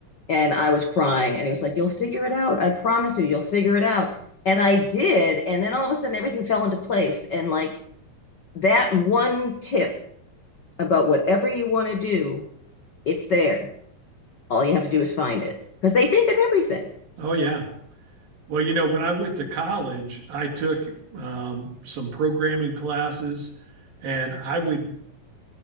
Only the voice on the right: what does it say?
Oh, yeah. Well, you know, when I went to college, I took um, some programming classes and I would